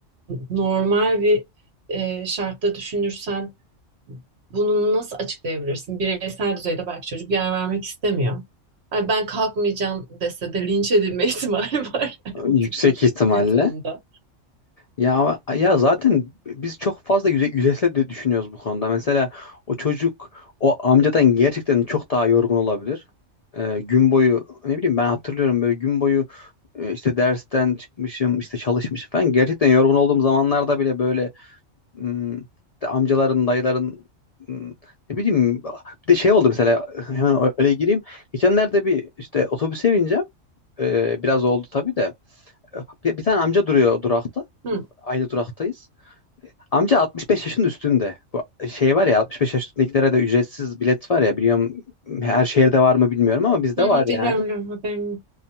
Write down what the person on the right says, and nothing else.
normal bir e, şartta düşünürsen bunu nasıl açıklayabilirsin? Bireysel düzeyde belki çocuk yer vermek istemiyor. Ay ben kalkmayacağım dese de linç edilme <laughs> ihtimali var yani bu
tip
bir durumda.
Hı,
hı, hı,
biliyorum
biliyorum haberim. yok.